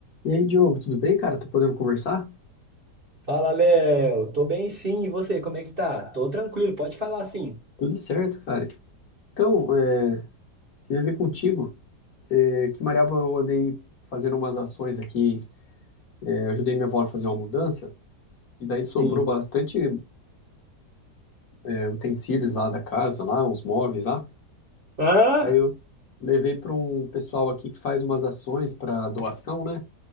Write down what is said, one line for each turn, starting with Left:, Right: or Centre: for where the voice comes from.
Left: E aí, Diogo, tudo bem, cara? Tá podendo conversar?
Right: Fala, Léo. Tô bem, sim. E você, como é que tá? Tô tranquilo, pode falar sim.
Left: Tudo certo, cara. Então, é, queria ver contigo, é, que Mariava eu andei fazendo umas ações aqui, é, eu ajudei minha avó a fazer uma mudança, e daí sobrou
Right: Sim.
Left: bastante é, utensílios lá da casa, lá, uns móveis lá.
Right: Ah,
Left: Daí eu levei para um pessoal aqui que faz umas ações para doação, né?